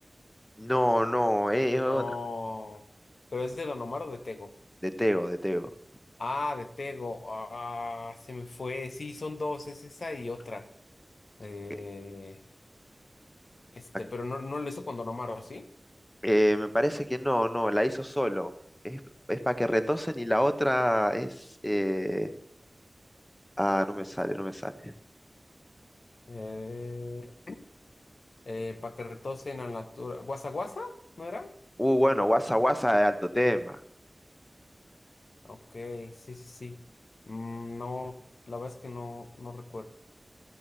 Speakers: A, on the left; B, on the left.
A: No, no, eh, es
B: No.
A: otro.
B: ¿Pero es de Don Omar o de Tego?
A: De Tego, de Tego.
B: Ah, de Tego. Ah, se me fue. Sí, son dos, es esa y otra. Eh,
A: Que-
B: este,
A: pa-
B: pero no, no lo hizo con Don Omar, ¿o ¿sí?
A: eh, me parece que no, no, la hizo solo. Es, es para que retosen y la otra es... eh, ah, no me sale, no me sale.
B: Eh, eh, para que retocen a la tura. ¿Guasa Guasa? ¿No era?
A: Uh, bueno, Guasa Guasa de alto tema.
B: Ok, sí, sí, sí. Mm, no, la verdad es que no, no recuerdo.